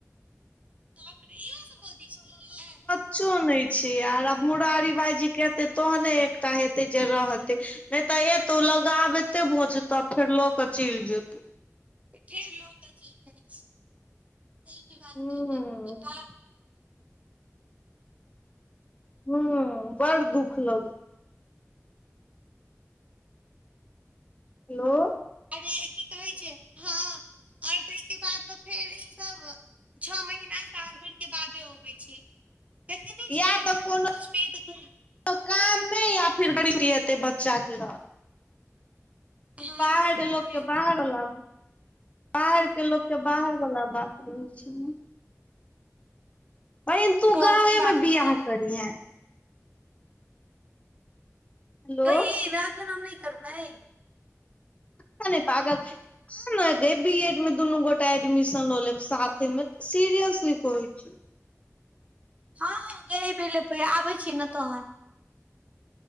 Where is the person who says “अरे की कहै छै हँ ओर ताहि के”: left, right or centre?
Right